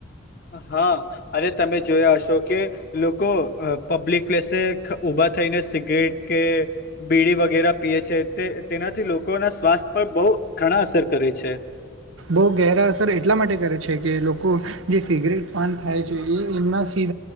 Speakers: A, on the left; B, on the right.
A: હા અને તમે જોયા હશો કે લોકો પબ્લિક પ્લેસે ઉભા થઈને સિગરેટ કે બીડી વગેરે પીએ છે તેનાથી લોકોના સ્વાસ્થ પર બ તો ઘણા અસર કરે છે
B: બો ગેહરા અસર એટલા માટે કરે છે કે લોકો જે સિગરેટ પાન ખાય છે એ એમનાં સી